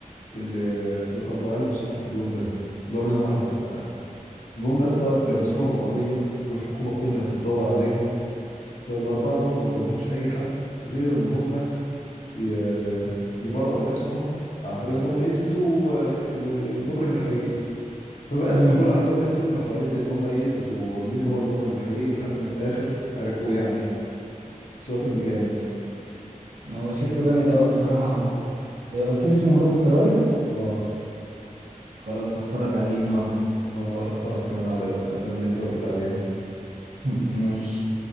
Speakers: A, on the left (about 65°); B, on the right (about 65°).
A: اللي اللي كانوا طالعين بالصدفه في اليوم ده اللي هو منهم احمد السقا المهم يا اسطى لبسوا لهم القضيه والحكومه كلها بتدور عليهم فالاربعه دول ما قدامهمش اي حل غير ان هم ي- يبرئوا نفسهم عن طريق ان هم يثبتوا آه، الم- المجرم الحقيقي فبقت
B: امم
A: بتدور احداث الفيلم حوالين ان هم ايه يثبتوا مين هو المجرم الحقيقي لحد ما في الاخر عرفوه يعني بس هو فيلم جامد
B: هو شكله جامد قوي بصراحه إيه، قلت لي اسمه هروب اضطراري
A: اه
B: خلاص هتفرج عليه النهارده
A: وانا راح اتفرج كمان على الافلام اللي انت قلت لي عليها
B: <laughs> ماشي